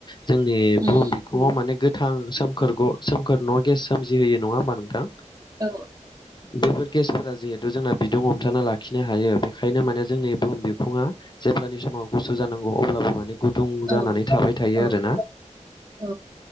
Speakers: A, on the left; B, on the right.
A: जोंनि
B: उम
A: बुहुम बिखङाव माने गोथां सोमखोर सोमखोर न'आव गेस सोमजिहोयो नङा होमबा नोंथां?
B: औ
A: बेफोर गेसफोरा जिहेथु जोंना बिदुं हमथाना लाखिनो हायो बेखायनो माने जोंनि बुहुम बिफुङा जेब्लानि समाव गुसु जानांगौ अब्लाबो माने गुदुं
B: औ
A: जानानै थाबाय थायो
B: औ
A: आरोना
B: औ